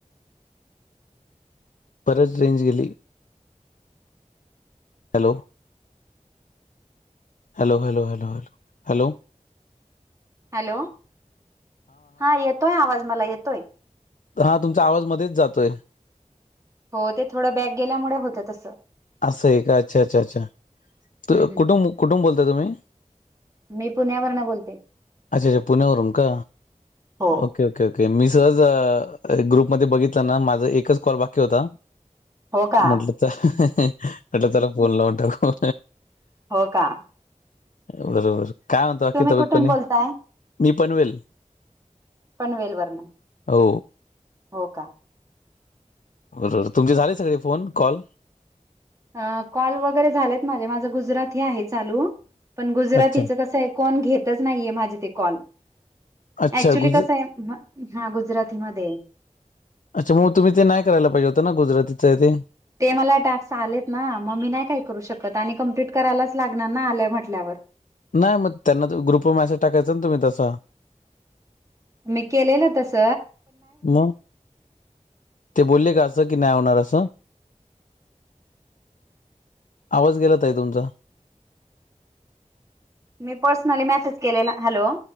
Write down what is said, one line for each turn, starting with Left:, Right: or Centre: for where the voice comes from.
Left: परत रेंज गेली,, hello hello hello hello hello hello
Right: hello,, हा येतोय आवाज मला येतोय.
Left: हा तुमचा आवाज मध्येच जातोय.
Right: हो ते थोडं बॅक गेल्यामुळं होतं तसं.
Left: असंय का अच्छा अच्छा अच्छा,
Right: हम्म हम्म
Left: कुठु कुठून बोलताय तुम्ही?
Right: मी पुण्यावरन बोलते.
Left: अच्छा अच्छा पुण्यावरून का
Right: हो
Left: ओ के ओके ओके मी सहज अह ग्रुप मध्ये बघितलं ना माझा एकच कॉल बाकी होता.
Right: हो का
Left: म्हटलं च, म्हटलं चला फोन लावून टाकू.
Right: हो का.
Left: बरोबर काय म्हणता आणखी
Right: तुम्ही
Left: तब्येत
Right: कुठून
Left: पाणी.
Right: बोलताय?
Left: मी पनवेल
Right: पनवेलवरन
Left: हो,
Right: हो का.
Left: बरोबर तुमचे झाले सगळे फोन कॉल?
Right: हा कॉल वगैरे झालेत माझे माझं गुजराती आहे चालू पण गुजरातीचं
Left: अच्छा.
Right: कसं आहे कोण घेतच नाहीये माझे ते कॉल.
Left: अच्छा
Right: ऍक्च्युली
Left: गुज
Right: कस आहे अह हा गुजरातीमध्ये आहे.
Left: अच्छा मग तुम्ही ते नाही करायला पाहिजे होतं ना गुजरातीच आहे ते.
Right: ते मला टास्क आलेत ना मग मी नाही काय करू शकत आणि कम्प्लीट करायलाच लागणार ना आलय म्हटल्यावर.
Left: नाय मग त्यांना तो ग्रुप वर मॅसेज टाकायचं ना तुम्ही तसा.
Right: मी केलेलं तस
Left: मग ते बोलले का असं की नाही होणार असं. आवाज गेला ताई तुमचा.
Right: मी पर्सनली मेसेज केलेला, हॅलो.